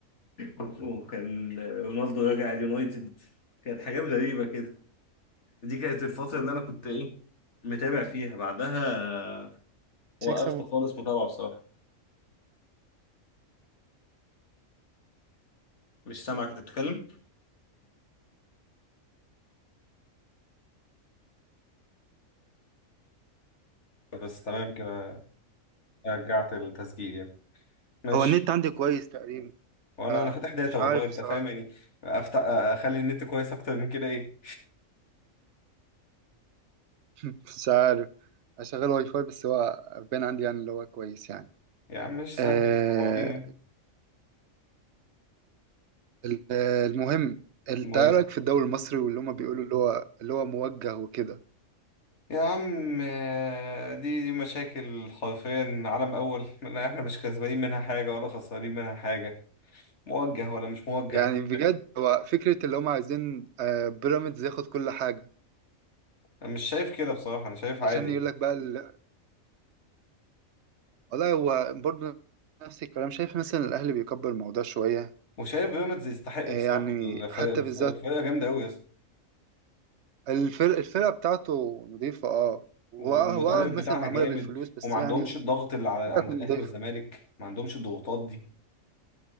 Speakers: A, on the left; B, on the right.
A: <laughs> وكان رونالدو راجع اليونايتد كانت حاجات غريبة كده دي كانت الفترة اللي أنا كنت إيه متابع فيها بعدها وقفت
B: مش هيكسب
A: خالص متابعة بصراحة مش سامع كنت بتتكلم بس تمام كده رجعت التسجيل يعني ماشي
B: هو النت عندي كويس تقريبا
A: وانا
B: آه،
A: انا فاتح داتا
B: مش
A: والله
B: عارف
A: انت
B: بصراحة
A: فاهم يعني افتح اخلي النت كويس اكتر من كده ايه
B: <laughs> مش عارف أشغل واي فاي بس هو باين عندي يعني اللي هو كويس يعني
A: يا عم مش
B: آه
A: سهل بعضين يعني
B: ال- آه، المهم انت
A: المهم
B: إيه رأيك في الدوري المصري واللي هما بيقولوا اللي هو اللي هو موجه وكده
A: يا عم آه، دي دي مشاكل حرفيا عالم اول لا احنا مش كسبانين منها حاجه ولا خسرانين منها حاجه موجه ولا مش موجه
B: يعني بجد هو فكرة اللي هما عايزين آه بيراميدز ياخد كل حاجة
A: انا مش شايف كده بصراحه انا شايف عادي
B: عشان
A: يعني
B: يقول لك بقى ال... والله هو برضه نفس الكلام شايف مثلا الأهلي بيكبر الموضوع شوية
A: وشايف بيراميدز يستحق
B: آه،
A: بصراحه
B: يعني
A: الفريق
B: حتى
A: الف-
B: بالذات
A: الفرقه جامده قوي يا اسطى
B: الفرق الفرقة بتاعته نظيفة اه هو
A: والمدرب
B: اه هو اه مثلا
A: بتاعها
B: معمولة
A: جامد
B: بالفلوس بس
A: وما عندهمش
B: يعني
A: الضغط اللي على
B: فرقة
A: عند
B: تكون
A: الاهلي
B: نظيفة
A: والزمالك ما عندهمش الضغوطات دي